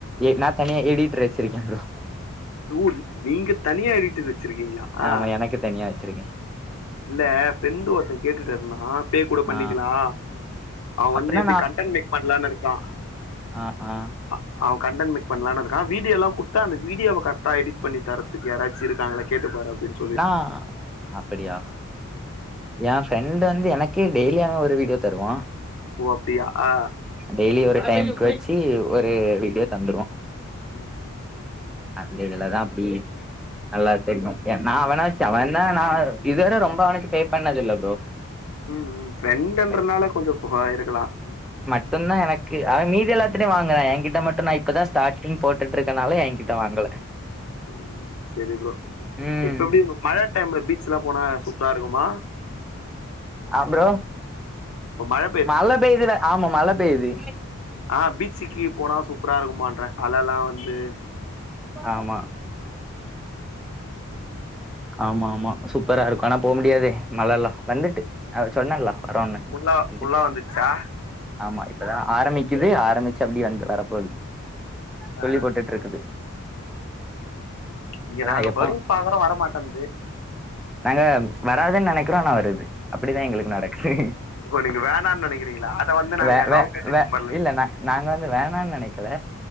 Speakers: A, in the centre; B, on the left.
A: ஏ நா தனியா எடிட்டர் வச்சிருக்கே ப்ரோ
B: டூடு நீங்க தனியா எடிட்டர் வச்சிருக்கீங்களா ஆ
A: ஆமா எனக்கு தனியா வச்சுருக்கே
B: இல்ல ஃப்ரெண்டு ஒருத்தே கேட்டுட்டு இருந்தா பே கூட பண்ணிக்கலா
A: ஆ
B: அவ வந்து
A: அப்பனா
B: எப்டி கண்டன்ட் மேக் பண்ணலான் நெனைக்கா
A: அ ஆ
B: அ அவ கண்டன்ட் மேக் பண்ணலானு இருக்கா வீடியோலா குடுத்தா அந்த வீடியோவ கரெக்டா எடிட் பண்ணி தர இதுக்கு யாராச்சு இருக்காங்களா கேட்டுப்பாரு அப்டினு சொ
A: நா அப்டியா எ ஃப்ரெண்ட் வந்து எனக்கே டெய்லி அவன் ஒரு வீடியோ தருவான்
B: ஓ அப்டியா ஆ
A: டெய்லி ஒரு டைமுகு வச்சி ஒரு வீடியோ தந்துடுவோ
B: ம் ம் ம்
A: அப்டி இதுல தான் அப்டி நல்லா தெரியும் எ நான் அவனாச்சி அவன் தான் நா இதுவிட ரொம்ப அவனுக்கு பே பண்ணது இல்ல ப்ரோ
B: ம் ம் ஃப்ரெண்டன்றனால
A: அவ
B: கொஞ்சோ புகாயிருக்கலாம்
A: இப்பதான் எனக்கு அவன் மீதீ எல்லாத்திட்டயும் வாங்குறான் என்கிட்ட மட்டும் தான் இப்பதான் ஸ்டார்டிங் போட்டு இருக்கனால என்கிட் ட வாங்கல
B: ம் சேரி ப்ரோ
A: ம்
B: இப்ப எப்டி உங்க மழ டைம்ல பீசல்லாம் போனா சூப்பரா இருக்குமா
A: அ ப்ரோ
B: உமர்
A: மழ பெய்துல ஆமா மழ பெய்து
B: ஆ பீச்சுக்கு போனா சூப்பரா இருக்குமான்றன் அலலெல்லாம் வந்து
A: ஆமா ஆமாம்மா சூப்பரா இருக்கும் ஆனா போக முடியாதே மழலா வந்துட்டு அவன் சொன்னான்லா அரோன்னே
B: ஃபுல்லா
A: வந்துச்சு
B: ஃபுல்லா வந்துச்சா
A: ஆமா இப்பதான் ஆரம்பிக்குது ஆரம்பிச்சு அப்டி வந்து வரப்போது துளி
B: ஆ
A: போட்டுட்டு இருக்குது
B: இங்க
A: அதா
B: நாங்க
A: எப்போ
B: வரும் பாக்குறோம் வரமாட்டன்து
A: நாங்க வராதுன்னு நினைக்கிறோ ஆனா வருது அப்டிதான் எங்களுக்கு நடக்குது
B: ஓ நீங்க வேணான்னு நெனைக்கிறீங்களா அத வந்து நாங்க
A: வே வே
B: நவம்பர் டிசம்பர்ல
A: வே வே
B: நெனைப்போ
A: இல்லண்ண நாங்க வந்து வேணான்னு நினைக்கல